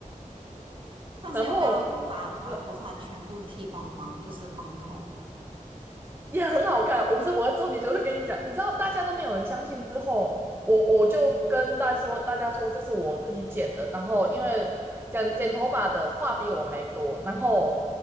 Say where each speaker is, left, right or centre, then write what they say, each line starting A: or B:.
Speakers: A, on the right; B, on the right.
A: 但是要不要把把头发全部剃光光，
B: 然后呃
A: 就是光头，
B: 也很好看。我不是我的重点就是跟你讲，你知道大家都没有人相信之后，我我就跟大家说，大家说这是我自己剪的，然后因为剪剪头发的话比我还多，然后。